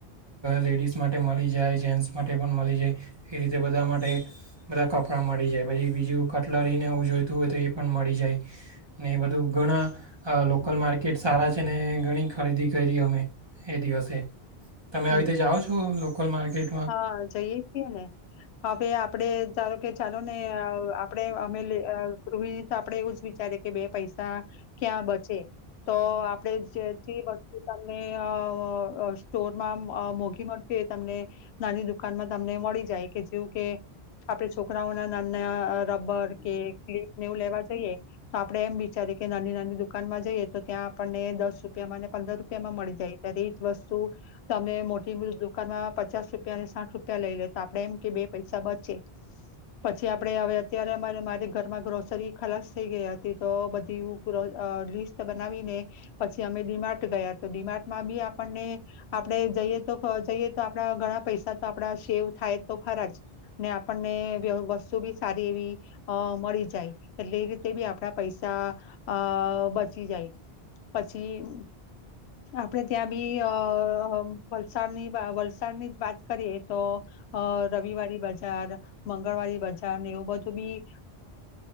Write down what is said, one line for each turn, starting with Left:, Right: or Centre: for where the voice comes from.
Right: લેડીઝ માટે મળી જાય જેન્ટ્સ માટે પણ મળી જાય, એવી રીતે બધા માટે બધા કપડાં મળી જાય પછી બીજું કટલરીને એ જોઈતું હોય તો એ પણ મળી જાય, ને એ બધું ઘણા લોકલ માર્કેટ સારા છે ને ઘણી ખરીદી કરી અમે એ દિવસે. તમે
Left: હમ
Right: આવી રીતે જાઓ છો લોકલ માર્કેટ?
Left: હા જઈએ છીએ ને, હવે આપડે ધારો કે ચાલો કે ચાલો ને આપણે અમે ગૃહિણી તો આપડે એવું જ વિચારી કે બે પૈસા ક્યાં બચે તો આપણેે જ્યાંથી વસ્તુ તમને અ સ્ટોર માં મોઘી મળશે તમને નાની દુકાનમાં તમને મળી જાય. કે જેવું કે આપે છોકરાઓ નાના રબર કે ક્લિકને એવું લેવા જઈએ, તો આપડે એમ બ જ્યારે કે નાની નાની દુકાન માં જઈએ તો ત્યાં આપણને દસ રૂપિયામાં પંદર રૂપિયામાં મળી જાય ત્યારે એ જ વસ્તુ, તમે મોટી દુકાનમાં પચાસ રૂપ રૂપિયાને સાઠ રૂપિયા લઈ લે તો આપડે એમ કે બે પૈસા બચે, પછી આપડે હવે અત્યારે અમારે મારી ઘરમાં ગ્રોસરી ખલાસ થઈ ગઈ હતી તો બધ લિસ્ટ બનાવીને, પછી અમે ડીમાર્ટ ગયા તો ડીમાર્ટમાં બી, આપણને આપણેે જઈએ તો જઈએ તો આપણા પૈસા તો આપડા સેવ થાય તો ખરા જ, ને આપણને વસ્તુ બી સારી એવી મળી જાય, એટલે એ રીતે બી આપણા પૈસા, અ બચી જાય, પછી આપડે ત્યાં બી અ વલસાડ ની વલસાડ ની જ વાત કરીએ તો, અ રવિવારી બજાર, મંગળવારી બજાર ને એવું બધું બી